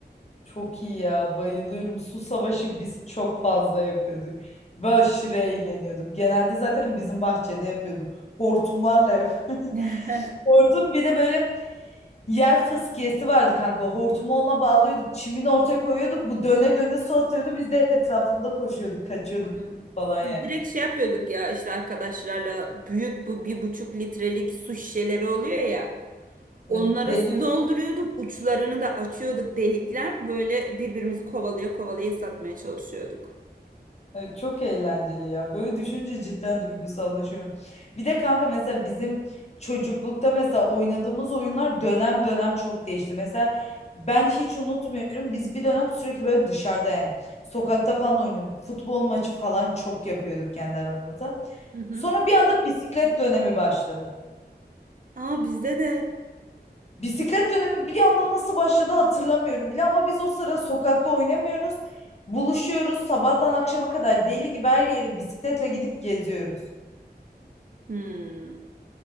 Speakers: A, on the left; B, on the right.
A: Çok iyi ya bayılıyorum. Su savaşı biz çok fazla yapıyorduk. Ve aşırı eğleniyorduk. Genelde zaten bizim bahçede yapıyorduk. Hortumlarla yap. <laughs>
B: <laughs>
A: Hortum bir de böyle yer fıskiyesi vardı kanka. Hortumu ona bağlıyorduk. Çimini ortaya koyuyorduk. Bu döne döne su atıyordu. Biz de etrafında koşuyorduk, kaçıyorduk
B: Hmm.
A: falan yani.
B: Biz Direkt şey yapıyorduk ya işte arkadaşlarla büyük bu bir buçuk litrelik su şişeleri oluyor ya. Onlara
A: Evet, Deli
B: su dolduruyorduk, uçlarını da açıyorduk delikler. Böyle birbirimizi kovalaya kovalaya satmaya çalışıyorduk.
A: Evet, çok eğlenceli ya. Böyle düşünce cidden duygusallaşıyorum. Bir de kanka mesela bizim çocuklukta mesela oynadığımız oyunlar dönem dönem çok değişti. Mesela ben hiç unutmuyorum. Biz bir dönem sürekli böyle dışarıda yani sokakta falan oynuyorduk. Futbol maçı falan çok yapıyorduk kendi aramızda.
B: Hı hı.
A: Sonra bir anda bisiklet dönemi başladı.
B: Aa bizde de
A: Bisiklet dönemi bir anda nasıl başladı hatırlamıyorum bile ama biz o sıra sokakta oynamıyoruz. Buluşuyoruz sabahtan akşama kadar deli gibi her yeri bisikletle gidip geziyoruz.
B: hmm.